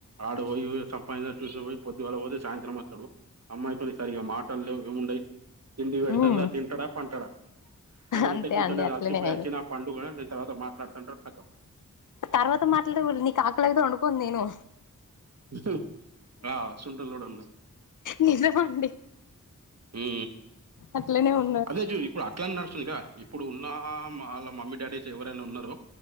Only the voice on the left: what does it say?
ఉమ్
అంతే
అండి అట్లనే
ఆయన
తర్వాత మాట్లాడే నీకు కాకలదతే వండుకోను తిను
నిజమాండి
అట్లానే ఉ